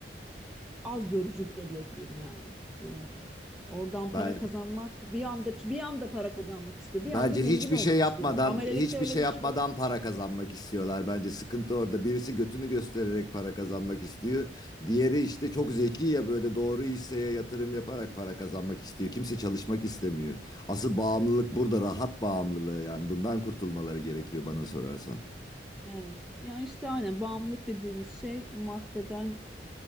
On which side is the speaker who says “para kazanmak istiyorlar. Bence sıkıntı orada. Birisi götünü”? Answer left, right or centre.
Left